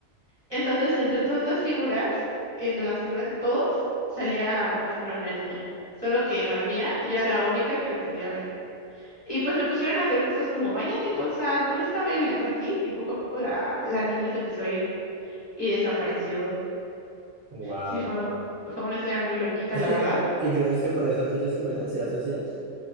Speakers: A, on the right; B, on the right.
A: Entonces, entre todas esas figuras, en las figuras de todos, salía una figura de una niña. Solo que en la mía, yo era la única que la podía ver. Y pues me pusieron a hacer cosas como bañate con sal, pon esta vela y cosas así. Y poco a poco la, la niña se empezó a ir y desapareció.
B: wow.
A: Sí, fue, fue una historia muy loquita,
B: <laughs>
A: la verdad.
B: ¿Y crees que por eso tienes como esa ansiedad social?